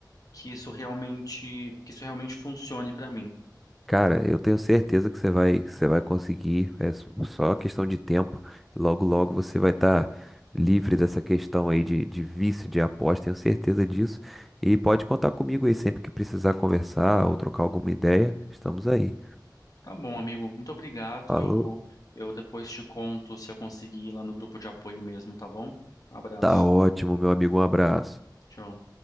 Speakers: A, on the left; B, in the centre.
A: que isso realmente, que isso realmente funcione pra mim.
B: Cara, eu tenho certeza que você vai, você vai conseguir. É s- só questão de tempo. Logo, logo você vai estar livre dessa questão aí de, de vício de aposta. Tenho certeza disso. E pode contar comigo aí sempre que precisar conversar ou trocar alguma ideia. Estamos aí.
A: Tá bom, amigo. Muito obrigado.
B: Falou.
A: Eu, eu depois te conto se eu conseguir ir lá no grupo de apoio mesmo, tá bom? Abraço.
B: Tá ótimo, meu amigo. Um abraço.
A: Tchau.